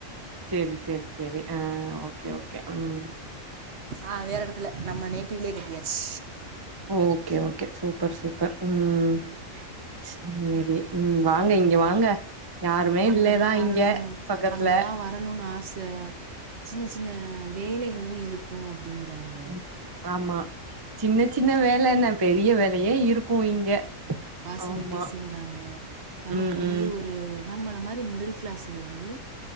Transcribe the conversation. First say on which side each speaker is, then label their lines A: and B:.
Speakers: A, on the right; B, on the right.
A: செ ரி செ ரி செ ரி ஆ ஓகே ஓகே ம்
B: ஆ வேற இடத்தில நம்ம நேட்டிவ்லயே கட்டியாச்சு
A: ஓ ஓகே ஓகே சூப்பர் சூப்பர் ம் செரி ம் வாங்க
B: ஆமாம்
A: இங்க வாங்க யாருமே
B: அங்கே
A: இல்லதா
B: தான் வரணும்னு
A: இங்க பக்கத்ல
B: அங்கே தான் வரணும்னு ஆசை சின்ன சின்ன வேலைகளு இருக்கு அப்படிங்கறாங்க
A: ம் ஆமா சின்ன சின்ன வேல என்ன பெரிய வேலையே இருக்கு இங்க
B: பாசிபிலிட்டிஸ்ங்கிறாங்க
A: ஆமா
B: நமக்கு
A: ம்
B: வந்து
A: ம்
B: ஒரு நம்மள மாரி மிடில் கிளாஸ்ஸு வந்து